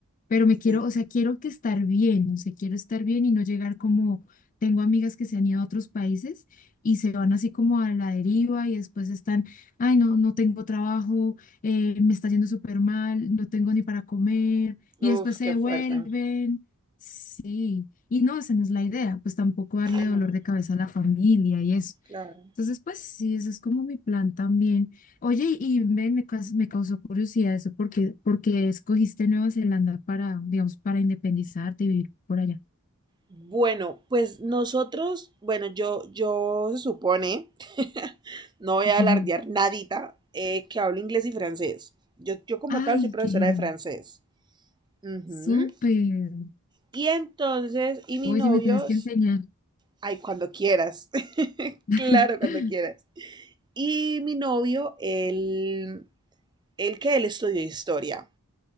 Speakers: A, on the left; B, on the right.
A: pero me quiero,
B: sí.
A: o sea, quiero que estar bien, o sea, quiero estar bien y no llegar como, tengo amigas que se han ido a otros países y se van así como a la deriva y después están, ay, no, no tengo trabajo, eh, me está yendo súper mal, no tengo ni para comer y
B: Uf,
A: después se
B: qué
A: devuelven
B: fuerte.
A: Sí, y no, esa no es la idea, pues tampoco darle dolor
B: No.
A: de cabeza a la familia y eso.
B: Claro.
A: Entonces, pues sí, ese es como mi plan también. Oye, y ven, me, caus- me causó curiosidad eso, porque, porque escogiste Nueva Zelanda para, digamos, para independizarte y vivir por allá.
B: Bueno, pues nosotros, bueno, yo, yo se supone, no voy
A: <laughs>
B: a alardear nadita, eh, que hablo inglés y francés. Yo, yo como
A: Ay,
B: tal soy profesora
A: qué genial.
B: de francés. Ujú.
A: Súper.
B: Y entonces, y mi
A: Oye,
B: novio,
A: me tienes que enseñar.
B: ay, cuando quieras, <laughs>
A: <laughs>
B: claro, cuando quieras. Y mi novio, él, él que él estudió historia.